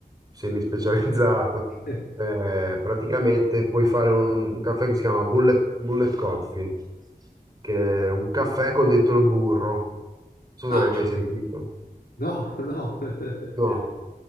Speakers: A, on the right; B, on the left.
A: semispecializzato,
B: <laughs>
A: <laughs> eh, praticamente puoi fare un, un caffè che si chiama Bullet, Bullet Coffee, che è un caffè con dentro il burro. Non so
B: Ah,
A: se l'hai
B: accidenti.
A: mai sentito.
B: No, no. <laughs>
A: No.